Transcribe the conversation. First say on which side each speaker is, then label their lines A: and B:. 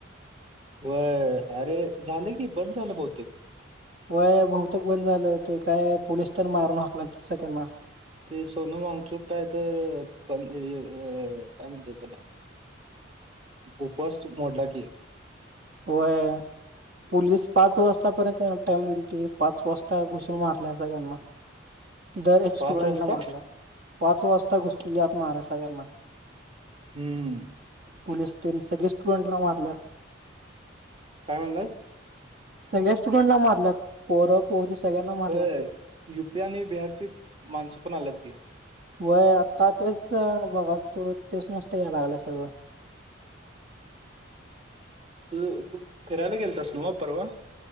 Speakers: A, on the right; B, on the right.
A: व्हय अरे झाले की बंद झालं बहुतेक.
B: व्हय बहुतेक बंद झालं ते काय पोलिस तेन मारून हाकलालतीत सगळ्यांना.
A: ते सोनम वांगचूक काय तर अ काय म्हणत्यात त्याला. उपवास मोडला की.
B: व्हय. पोलीस पाच वाजतापर्यंत त्यांना टाइम दिल ते पाच वाजता घुसून मारल्या सगळ्यांना.
A: <inaudible>
B: दर एक स्टुडंटला
A: पाच वाजता
B: मारला पाच वाजता घुसलेली आत माराय सगळ्यांना.
A: हू!
B: पोलिस तेन सगळे स्टुडंटला मारल्यात.
A: काय म्हणलास?
B: सगळ्या स्टुडंटला मारल्यात, पोरं पोरी सगळ्यांना मारल्यात.
A: होय युपी आणि बिहारची माणसं पण आल्यात की.
B: व्हय आत्ता तेचं बघालतो, तेच नुसत याय लागलं सगळं.
A: तु-तू फिरायला गेल तस नवं परवा?